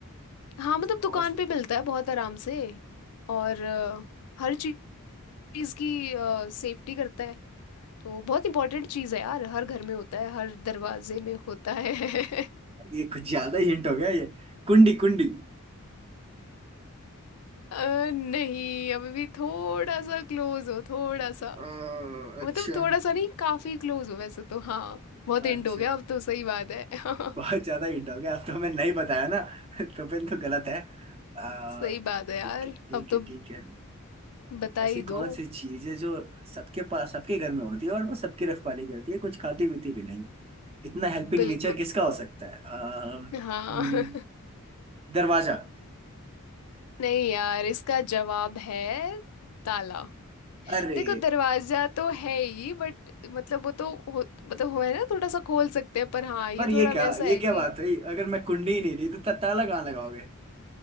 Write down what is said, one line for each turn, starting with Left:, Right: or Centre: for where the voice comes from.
Left: हाँ मतलब
Right: तो, कौन
Left: दुकान
Right: सी-
Left: पे मिलता है बहुत आराम से और अ, हर चीज की सेफ्टी करता है तो बहुत इंपॉर्टेंट चीज़ है यार हर घर में होता है हर दरवाजे में होता है <laughs>
Right: ये कुछ ज्यादा हिंट हो गया ये कुंडी कुंडी
Left: अ, नहीं अभी भी थोड़ा सा क्लोज हो थोड़ा सा
Right: अ, अच्छा
Left: मतलब थोड़ा सा नहीं काफी क्लोज हो वैसे तो हाँ बहुत
Right: अच्छा
Left: हिंट हो गया अब तो सही बात है <laughs>
Right: बहुत ज्यादा हिंट हो गया अब तो मैं नहीं बताया ना <laughs> तो फिर तो गलत है आ,
Left: सही बात है यार
Right: ठीक है ठीक
Left: अब तो
Right: है ठीक है
Left: बता
Right: ऐसी
Left: ही
Right: कौन
Left: दो
Right: सी चीज है जो सबके पास सबके घर में होती है और वो सबकी रखवाली करती है कुछ खाती पीती भी नहीं है इतना हेल्पिंग
Left: बिल्कुल
Right: नेचर किसका हो सकता है आ,
Left: हाँ
Right: हम्म,
Left: <laughs>
Right: दरवाजा
Left: नहीं यार इसका जवाब है ताला
Right: अरे
Left: देखो दरवाजा तो है ही बट मतलब वो तो हो, मतलब हो है ना थोड़ा सा खोल सकते हैं पर हाँ ये
Right: पर ये
Left: थोड़ा
Right: क्या
Left: वैसा
Right: ये
Left: है कि
Right: क्या बात हुई अगर मैं कुंडी ही नहीं दी तो त- ताला कहाँ लगाओगे